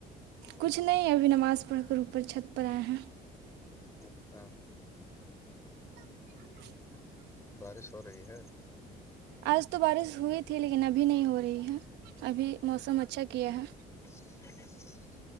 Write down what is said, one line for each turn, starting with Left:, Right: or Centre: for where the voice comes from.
Right: کچھ نہیں ابھی نماز پڑھ کر اوپر چھت پر آئے ہیں
Left: اچھا
Right: <unintelligible>
Left: بارش ہو رہی ہے
Right: آج تو بارش ہوئی تھی لیکن ابھی نہیں ہو رہی ہے ابھی موسم اچھا کیا ہے
Left: <unintelligible>